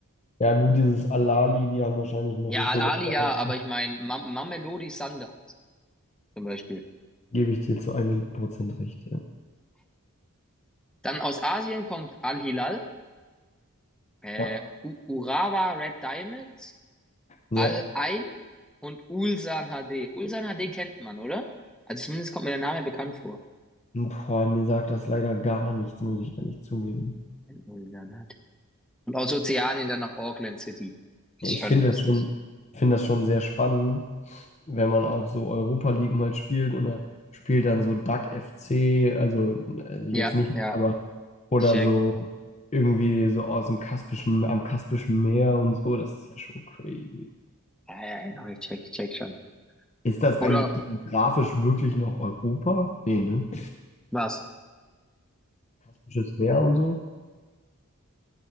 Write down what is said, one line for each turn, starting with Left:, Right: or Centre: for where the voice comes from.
Left: Ja, gut, dieses Al-Ahly, die haben wahrscheinlich noch
Centre: Ja, Al-Ahli
Left: so Leute,
Centre: ja, aber ich meine, Mam Mamelodi Sundowns zum Beispiel.
Left: gebe ich dir zu hundert Prozent recht, ja.
Centre: Dann aus Asien kommt Al-Hilal, äh,
Left: Ja,
Centre: U- Urawa Red Diamonds,
Left: ja.
Centre: Al-Ain und Ulsan HD. Ulsan HD kennt man, oder? Also zumindest kommt mir der Name bekannt vor.
Left: Boah, mir sagt das leider gar nichts, muss ich ehrlich zugeben.
Centre: Ulsan Und aus Ozeanien dann nach Auckland City. Ist
Left: Ja, ich
Centre: Schon
Left: finde
Centre: lustig.
Left: das schon, ich finde das schon sehr spannend, wenn man auch so Europa League mal spielt und da spielt dann so DAC FC, also, also jetzt
Centre: Ja,
Left: nicht,
Centre: ja,
Left: aber oder
Centre: ich check.
Left: so irgendwie so aus dem Kaspischen, am Kaspischen Meer und so, das ist ja schon crazy.
Centre: Ja, ja, ja, doch, ich check, ich check schon.
Left: Ist das
Centre: Oder
Left: eigentlich geografisch wirklich noch Europa? Nee, ne?
Centre: was?
Left: Kaspisches Meer und so.